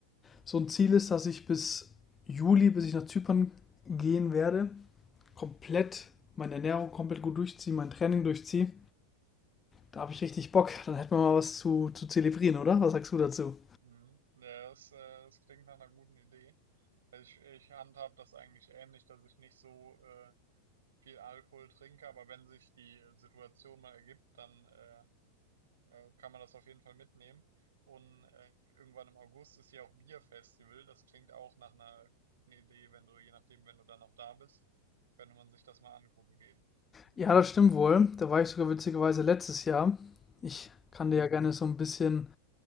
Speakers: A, on the left; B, on the right.
A: so ein Ziel ist, dass ich bis Juli, bis ich nach Zypern gehen werde, komplett meine Ernährung komplett gut durchziehe, mein Training durchziehe. Da habe ich richtig Bock. Dann hätten wir mal was zu, zu zelebrieren, oder? Was sagst du dazu?
B: Mhm. Ja, das, äh, das klingt nach einer guten Idee. Also ich, ich handhab das eigentlich ähnlich, dass ich nicht so äh, viel Alkohol trinke, aber wenn sich die Situation mal ergibt, dann äh, äh, kann man das auf jeden Fall mitnehmen. Und äh, irgendwann im August ist ja auch Bierfestival. Das klingt auch nach einer guten Idee, wenn du, je nachdem, wenn du dann noch da bist, könnte man sich das mal angucken gehen.
A: Ja, das stimmt wohl. Da war ich sogar witzigerweise letztes Jahr. Ich kann
B: Mhm.
A: dir ja gerne so ein bisschen